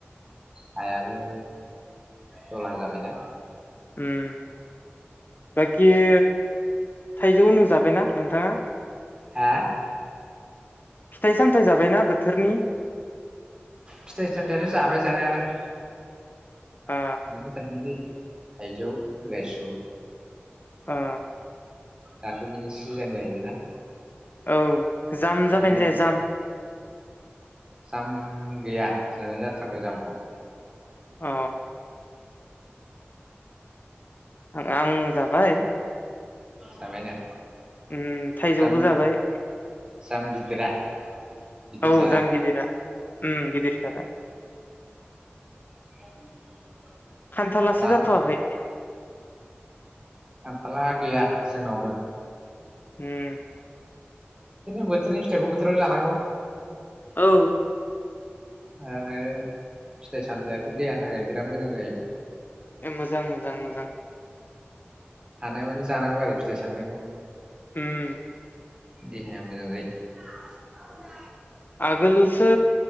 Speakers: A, on the right (about 20°); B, on the left (about 50°).
A: हायाबो दला जाबायना
B: उम बाखिओ थाइजौ उनु जाबायना नोंथाङा?
A: हा
B: फिथाइ सामथाय जाबायना बोथोरनि
A: फिथाइ सामथायाथ' जाबाय जानायालाय बिदिनो
B: ओ
A: जानाय जायो। थायजै लेसु
B: ओ
A: दाथ' बिनि सिजेन जाहैबायना
B: औ जाम
A: बिनिनो
B: जाबाय ना जाया जाम
A: जाम गैया जानाय जाथ्राखौै जाम खौ
B: अ आं आं जाबाय।
A: जाबायना
B: ओम थाइजौबो
A: जाम
B: जाबाय।
A: जाम गिदिरा गिदिर
B: औ
A: जारा
B: जाम गिदिरा ओम गिदिर जादा
A: <unintelligible>
B: खान्थालासो
A: जाना
B: जाथ'वाखै
A: थाला गैया जोंनावबो
B: उम
A: बिदिनो बोथोरनि फिथाइखौ बोथोराव जानांगौ
B: औ
A: आरो फिथाइ सामथायाथ' देहानि थाखाय बिराद मोजां जाहैबाय।
B: ए मोजां मोजां मोजां
A: हानाय मानि जानांगौ आरो फिथाइ सामथाइखौ
B: उम
A: देहाया मोजां जायो
B: आगोलसो